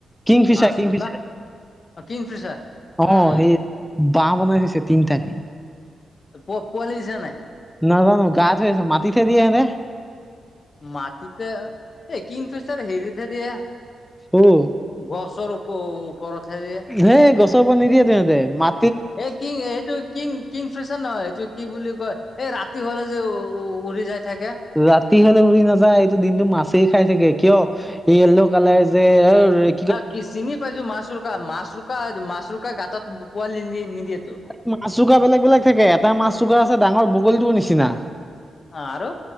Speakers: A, in the centre; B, on the left.
A: কিং ফিচাৰ-কিং
B: মাছ ৰোকা
A: ফিচাৰে
B: কিংফিচাৰ
A: অ,
B: উম
A: সেই বাহ বনাই থৈছে তিনিটাকে।
B: প-পোৱালি দিছে নাই?
A: নাজানো গাত থৈ আছে মাটিহে দিয়ে হেতে।
B: মাটিতে এই কিংফিচাৰে হেৰিত হে দিয়ে।
A: ওহ
B: গছৰ উ-উপৰতহে দিয়ে।
A: সেই গছৰ ওপৰত নিদিয়েতো এহেতে মা
B: এ কিং এইটো কিং-কিং ফিচাৰ নহয়, এটো কি বুলি কয়? এই ৰাতি হ'লে যে, উৰি যাই থাকে।
A: ৰাতি হ'লে উৰি নাযায়, এইটো দিনটো মাছেই খাই থাকে। কিয় য়লৌ কালাৰ যে অ, ৰে
B: এ কি চিনি পাইছো মাছৰোকা-মাছৰোকা-মাছৰোকা গাঁতত পোৱালি নি-নিদিয়েতো।
A: মাছৰোকা বেলেগ-বেলেগ থাকে। এটা মাছৰোকা আছে ডাঙৰ বগলীটোৰ নিচিনা।
B: অ, আৰু